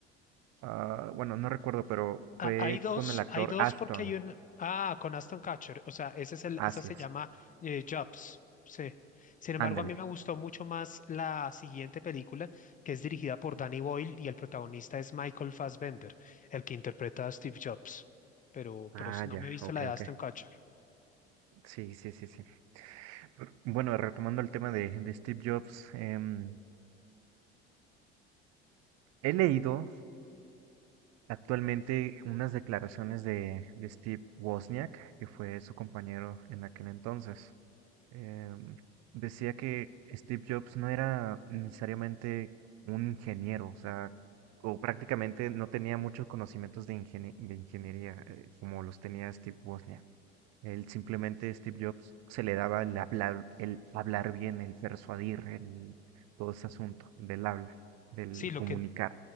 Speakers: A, on the right (about 50°); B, on the left (about 25°).
A: Ah, bueno, no recuerdo, pero
B: Ah,
A: fue
B: hay dos,
A: con el actor
B: hay dos
A: Ashton.
B: porque hay un... Ah, con Aston Catcher, o sea, ese es el,
A: Así
B: esa se
A: es.
B: llama eh, Jobs, sí. Sin embargo,
A: Ándale.
B: a mí me gustó mucho más la siguiente película, que es dirigida por Danny Boyle y el protagonista es Michael Fassbender, el que interpreta a Steve Jobs. Pero,
A: Ah,
B: pero no
A: ya,
B: me he visto
A: ok,
B: la de Aston
A: ok.
B: Catcher.
A: Sí, sí, sí, sí. R- Bueno, retomando el tema de, de Steve Jobs, em, he leído actualmente unas declaraciones de, de Steve Wozniak, que fue su compañero en aquel entonces. em, decía que Steve Jobs no era necesariamente un ingeniero, o sea, o prácticamente no tenía muchos conocimientos de, ingenie- de ingeniería eh, como los tenía Steve Wozniak. Él simplemente, Steve Jobs, se le daba el hablar, el hablar bien, el persuadir, el, todo ese asunto del habla, del
B: Sí, lo
A: comunicar.
B: que